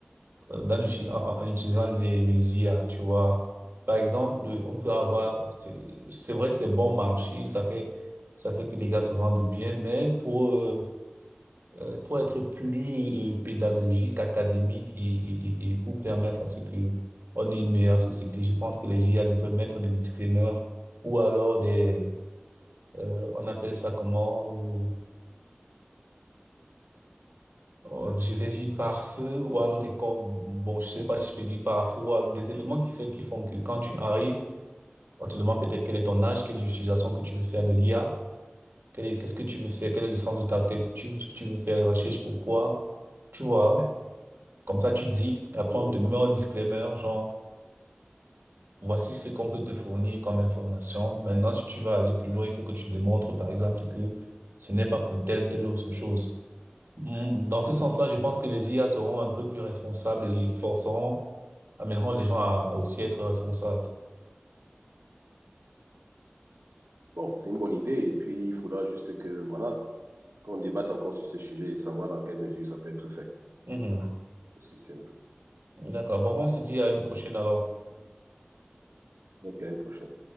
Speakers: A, on the right; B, on the right.
A: euh, dans l'uti- en, en- utilisant les, les IA, tu vois. Par exemple, euh, on peut avoir,
B: Oui,
A: c'est c'est vrai que c'est bon marché, ça fait, ça fait que les gars se vendent bien, mais pour, euh, euh, pour être plus euh, pédagogique, académique et, et, et et pour permettre à ce que on ait une meilleure société, je pense que les IA devraient mettre des disclaimers ou alors des, euh, on appelle ça comment, euh, Oh, je vais dire par feu ou alors des corps, bon, je sais pas si je peux dire par feu ou alors des éléments qui fait, qui font que quand tu arrives, on te demande peut-être quel est ton âge, quelle est l'utilisation que tu veux faire de l'IA, quel est, qu'est-ce que tu veux faire, quel est le sens de ta, que tu, tu veux faire les recherches, pourquoi, tu vois, comme ça tu dis, et après
B: oui,
A: on te met un disclaimer, genre, voici ce qu'on peut te fournir comme information. Maintenant, si tu vas aller plus loin, il faut que tu démontres, par exemple, que ce n'est pas pour telle, telle autre chose. Mm, Dans ce
B: oui, Ouais,
A: sens-là,
B: je comprends.
A: je pense que les IA seront un peu plus responsables et forceront, amèneront les gens à, à aussi être responsables.
B: Bon, c'est une bonne idée. Et puis, il faudra juste que, voilà, qu'on débatte encore sur ce sujet et savoir dans quelle mesure ça peut être fait,
A: Mhm.
B: le système.
A: D'accord. Bon, on se dit à une prochaine alors.
B: Donc à une prochaine.